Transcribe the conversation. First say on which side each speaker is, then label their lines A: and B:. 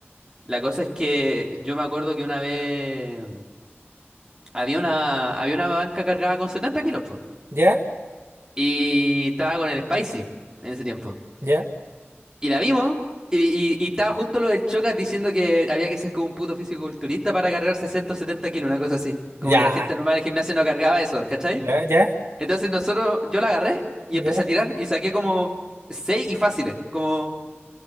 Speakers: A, on the right; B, on the right.
A: La cosa es que yo me acuerdo que una vez había una, había una banca cargada con 70 kilos, po.
B: ya,
A: Y estaba con el Spicy en ese tiempo.
B: ya,
A: Y la vimos. Y, y- y estaba justo lo del Chocas diciendo que había que ser como un puto fisiculturista para cargar 60 o 70 kilos, una cosa así. Como
B: ya,
A: que la gente normal del gimnasio no cargaba eso, ¿cachai?
B: ya, ya,
A: Entonces nosotros, yo la agarré y
B: ya,
A: empecé a tirar y saqué como 6 y fáciles, como...